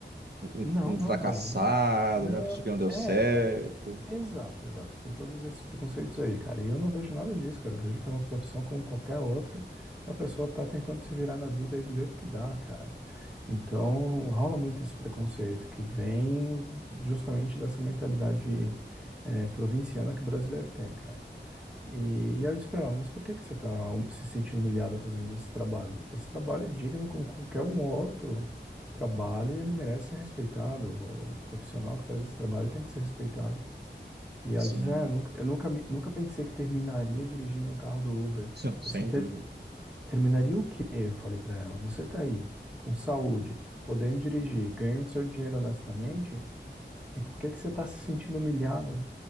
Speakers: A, on the right (about 60°); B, in the centre.
A: um,
B: Não,
A: um
B: não,
A: fracassado,
B: velho, não, não,
A: né? Uma pessoa que não deu
B: é,
A: certo.
B: é, exato, exato, tem todos esses preconceitos aí, cara, e eu não vejo nada disso, cara, eu vejo que é uma profissão como qualquer outra, e a pessoa tá tentando se virar na vida aí do jeito que dá, cara, então rola muito esse preconceito que vem justamente dessa mentalidade é, provinciana que o brasileiro tem, cara. E aí eu disse pra ela, mas por que que você tá hum, se sentindo humilhada fazendo esse trabalho? Esse trabalho é digno como qualquer um outro trabalho e ele merece ser respeitado. O profissional que faz esse trabalho tem que ser respeitado. E ela
A: Sim,
B: diz, ah, eu nunca, eu nunca, me- nunca pensei que terminaria dirigindo um carro do Uber.
A: sim, sem
B: Assim, ter-
A: dúvida.
B: terminaria o quê? Eu falei pra ela, você tá aí, com saúde, podendo dirigir, ganhando seu dinheiro honestamente, e por que que você está se sentindo humilhada?